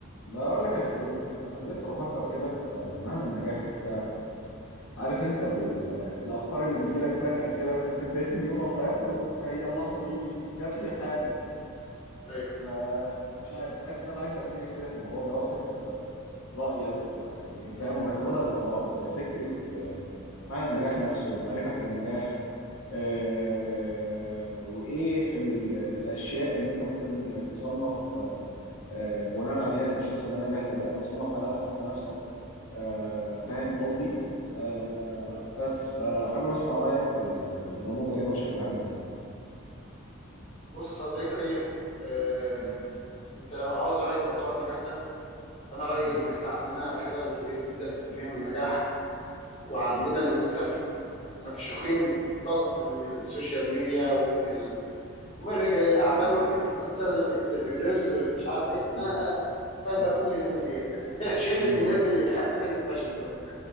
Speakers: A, on the left; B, on the left.
A: بقول لك يا صديقي انا كنت لسه بفكر كده في معنى النجاح وبتاع عارف انت ال- الافكار اللي بتجيلك فجأة كده في في بداية اليوم او
B: اه
A: في اخره دي، هي اللحظة دي جات لي حالا
B: ايوه
A: فمش عارف حاسس ان انا عايز اتناقش كده في الموضوع ده واخد رأيك ويعني فاهم ونتبادل الاراء في فكرة معنى النجاح نفسه وتعريفك للنجاح آه، وايه ال- الاشياء اللي انت ممكن تصنف آه، بناء عليها ان الشخص ده نجح او لا او تصنف عليها حتى نفسك آه، فاهم قصدي آه،
B: آه.
A: بس فحابب اسمع رايك في ال- في الموضوع ده كده بشكل عام يعني.
B: بص يا صديقي آه.
A: م-
B: انت لو عاوز راي في موضوع النجاح ده فانا رايي
A: م-
B: ان احنا عندنا خلل كبير جدا في فهم النجاح وعندنا
A: م-
B: للاسف مفشوخين ضغط من السوشيال ميديا ومن ال... ومن رجال الاعمال
A: م-
B: والانفلونسرز والانتربرينورز والمش عارف ايه اه
A: م-
B: اه أنت فاهم
A: م-
B: بقى كل الناس ديت يعني <laughs> شله
A: م.
B: الناس اللي بيحسسوك انك فاشل دول